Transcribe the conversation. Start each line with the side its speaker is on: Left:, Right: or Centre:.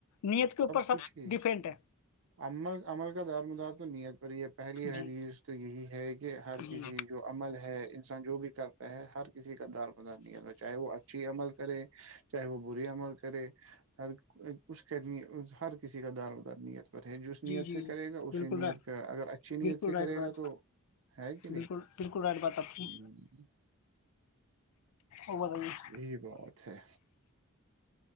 Left: نیت کے اوپر
Right: کچھ
Left: سب
Right: ہی
Left: ڈیفنٹ ہے
Right: عمل عمل کا دارمدار تو نیت پر ہی ہے پہلی حدیث
Left: جی
Right: تو یہ ہے یہ ہر
Left: جی
Right: کسی جو عمل ہے انسان جو بھی کر ہر کسی کا دار مدار نہیں ہو چاہے وہ اچھی عمل کرے چاہےب بوری ہمر کرے اور کچ کہنی ہر کسی کا دار ودار نہیں پر ہے جس نیت
Left: جی جی
Right: سے کرے گا اسی
Left: بالکل
Right: نیت
Left: رائٹ
Right: کا اگر اچھی
Left: بالکل
Right: نیت سے
Left: رائٹ
Right: کرے
Left: بات
Right: گا تو ہے کہ نہیں
Left: بالکل بالکل رائٹ بات آپ کی
Right: ہ
Left: اور بتائیے
Right: یہی بات ہے